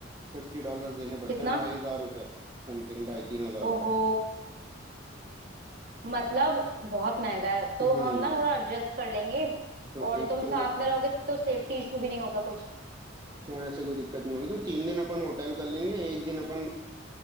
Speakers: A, on the right (about 25°); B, on the right (about 55°).
A: फिफ्टी डॉलर्स देने पड़ते
B: कितना
A: हैं ढाई हजार रुपए समथिंग ढाई तीन हजार रुपए
B: ओहो मतलब बहुत महंगा है तो
A: हम्म
B: हम ना थोड़ा एडजस्ट कर लेंगे
A: तो
B: और
A: एक
B: तुम
A: तो
B: साथ में रहोगे तो सेफ्टी इशू भी नहीं होगा कुछ
A: हाँ ऐसे कोई दिक्कत नहीं होगी तो तीन दिन अपन होटल कर लेंगे एक दिन अपन